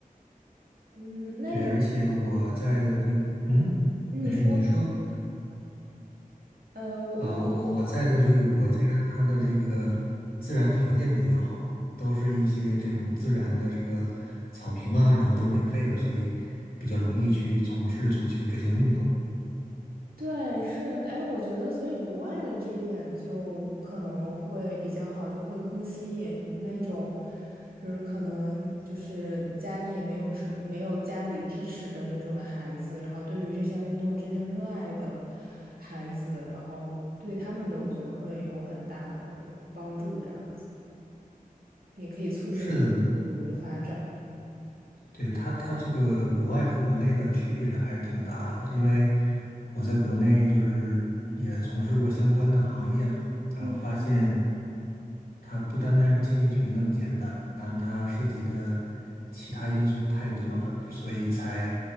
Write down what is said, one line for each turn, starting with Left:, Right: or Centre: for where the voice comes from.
Right: 嗯，那你
Left: 对，而且我在的这，嗯，
Right: 你说
Left: 没事，你说。
Right: 呃我那。
Left: 啊，我我我在的这个国家，它的这个自然条件比较好，都是一些这种自然的这个草坪啊，然后都是免费的，所以比较容易去从事足球这项运动。
Right: 对，是，哎，我觉得，所以国外的这一点就可能会比较好，就会更吸引那种，就是可能就是家里也没有什么，没有家里支持的那种的孩子，然后对于这项运动真正热爱的孩子，然后对他们的，我觉得会有很大的帮助，这样子也可以促进
Left: 是的呢，
Right: 足的发展。
Left: 对，它它这个国外和国内的区别还是挺大的，因为我在国内就是也从事过相关的行业嘛，然后发现。
Right: 嗯，
Left: 它不单单是竞技体育那么简单，它涉及的其他因素太多了，所以才